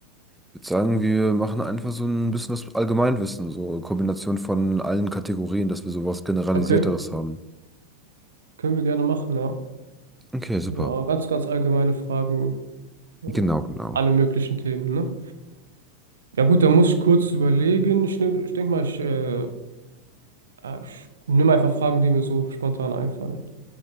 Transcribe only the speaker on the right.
Okay,
können wir gerne machen, ja.
so äh, ganz, ganz allgemeine Fragen. Ja.
Alle möglichen Themen, ne? Ja gut, dann muss ich kurz überlegen. Ich, nehm- ich denke mal, ich, äh, ah, ich nehme einfach Fragen, die mir so spontan einfallen.